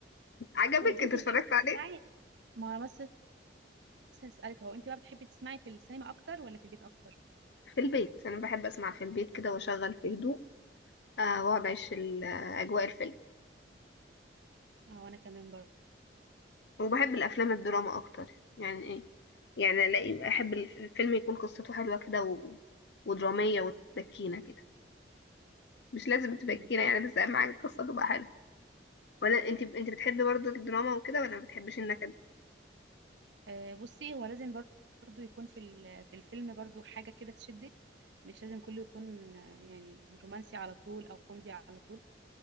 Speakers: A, on the left; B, on the right.
A: عجبك
B: طيب انت
A: انت اتفرجت
B: بتحبي
A: عليه
B: تسمعي ما انا بس لسه هسألك هو انت بقى بتحبي تسمعي في السينما اكتر ولا في البيت اكتر
A: في البيت انا بحب اسمع في البيت كده واشغل في هدوء آه، واقعد اعيش ال- اجواء الفيلم
B: اه وانا كمان برضه
A: وبحب الافلام الدراما اكتر يعني ايه يعني الاقي احب الف- الفيلم يكون قصته حلوه كده و... ودراميه وتبكينا كده مش لازم تبكينا
B: مم.
A: يعني بس اهم حاجه القصه تبقى حلوه ولا انت انت بتحبي برضو الدراما وكده ولا ما بتحبش النكد
B: آه، بصي هو لازم برضه يكون في ال- في الفيلم برضه حاجة كده تشدك مش لازم كله يكون آه، يعني رومانسي على طول او كوميدي على طول